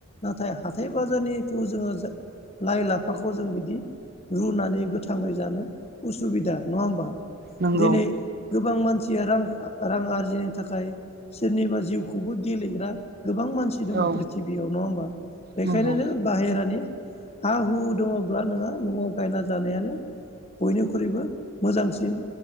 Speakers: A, on the left (about 30°); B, on the right (about 45°).
A: नाथाय हाथाय बाजारनिथ' जोङो जा लाइ लाफाखौ जों बिदि रुनानै गोथाङै जानो उसुबिदा नङा होमबा?
B: नंगौ
A: दिनै गोबां मानसिया रां रां आरजिनो थाखाय सोरनिबा जिउखौबो गेलेग्रा गोबां मानस सि दङ
B: औ
A: प्रिथिबियाव नङा होमबा? बेखायनो
B: नंगौ
A: जोंङो बाहेरानि हा हु दङब्ला नोंहा न'आव गायना जानायानो बयनिख्रुइबो मोजांसिन